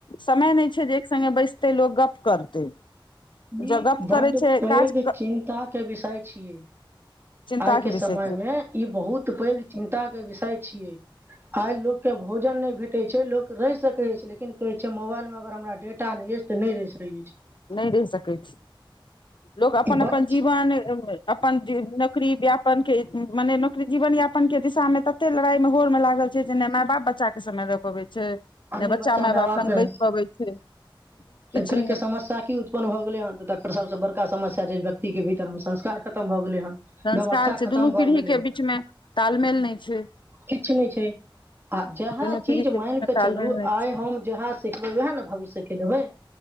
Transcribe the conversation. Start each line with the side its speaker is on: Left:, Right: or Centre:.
Left: समय नै छै जे एक सङ्गे बैसतै लोक गप करतै
Right: ई
Left: ज गप
Right: बड्ड
Left: करै छै
Right: पैघ
Left: काज
Right: चिन्ताके विषय छियै
Left: चिन्ता
Right: आइके
Left: के विषय
Right: समय
Left: छै
Right: मे ई बहुत पैघ चिन्ता के विषय छियै आइ लोकके भोजन नै भेटै छै लोक रहि सकै अछि लेकिन कहै छै मोबाइलमे अगर हमरा डेटा नै अछि तऽ नै रहि सकै छै
Left: नै रहि सकै छी लोक अपन
Right: ई बड्ड
Left: -अपन जीवन अपन ज नौकरी व्यापन के मने नौकरी जीवन यापन के दिशा मे तते लड़ाई मे होर मे लागल छै जे ने माय बाप बच्चा के समय द पाबय छै
Right: आ
Left: ने
Right: नै बच्चा
Left: माय
Right: माए
Left: बाप
Right: बापके
Left: लग बैस पबै छै किछु
Right: तयके
Left: नहि
Right: समस्या की उत अपन भ गेलै हन तकर सबस बड़का समस्या जे व्यक्ति के भीतर मे संस्कार खतम भए गेलै हन
Left: संस्कार
Right: व्यवस्था
Left: छै
Right: खतम
Left: दुनू
Right: भऽ
Left: पीढ़ी
Right: गेलै
Left: के
Right: हन
Left: बीच मे तालमेल नहि छै
Right: किछ नै छै आ जहाँ
Left: दुनू पीढ़ी
Right: चीज
Left: के बीच
Right: मैंनक
Left: मे तालमेल
Right: चलू
Left: नहि
Right: आइ
Left: छै
Right: हम जेहए सिखबै उएहे ने भविष्यके देबै